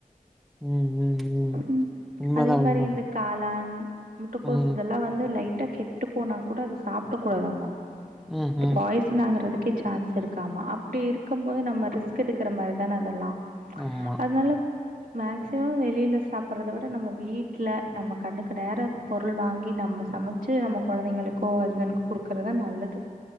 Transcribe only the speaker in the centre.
ம், ம்,
உண்மதான்,
உண்மதான்.
ம்.
ம்
ம்
ஆமா